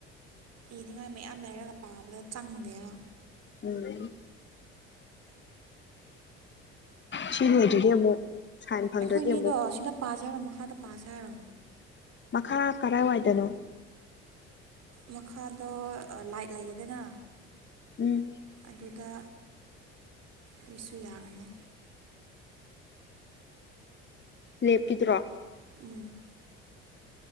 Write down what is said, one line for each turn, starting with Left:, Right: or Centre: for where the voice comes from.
Right: ꯏꯅꯤꯡꯉꯥꯏ ꯃꯌꯥꯝ ꯂꯩꯔꯒ ꯄꯥꯕꯗꯣ ꯆꯪꯗꯦꯕ
Left: ꯎꯝ ꯁꯤ ꯅꯨꯃꯤꯠꯇꯨꯗꯤ ꯑꯃꯨꯛ ꯁꯥꯏꯟ ꯐꯪꯗ꯭ꯔꯗꯤ
Right: ꯑꯩꯈꯣꯏꯅꯤꯗꯣ
Left: ꯑꯃꯨꯛ
Right: ꯁꯤꯗ ꯄꯥꯁꯦ ꯍꯥꯏꯔꯣ ꯃꯈꯥꯗ ꯄꯥꯁꯦ ꯍꯥꯏꯔꯣ
Left: ꯃꯈꯥ ꯀꯔꯥꯏꯋꯥꯏꯗꯅꯣ
Right: ꯃꯈꯥꯗꯣ ꯂꯥꯏꯠ ꯂꯩꯌꯦꯗꯅ
Left: ꯎꯝ
Right: ꯑꯗꯨꯗ ꯑꯩꯁꯨ ꯌꯥꯒꯅꯤ
Left: ꯂꯦꯞꯀꯤꯗꯨꯔꯣ
Right: ꯎꯝ